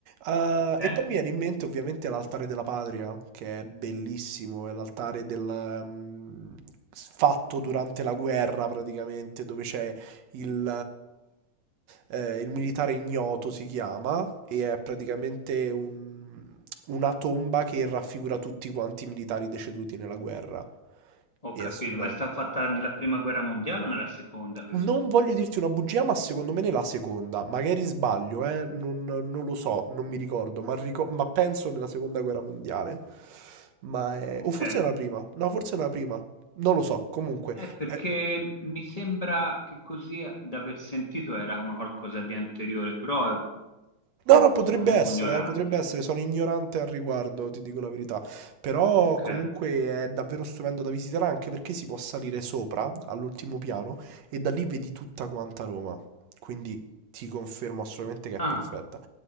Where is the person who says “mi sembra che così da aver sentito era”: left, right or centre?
Left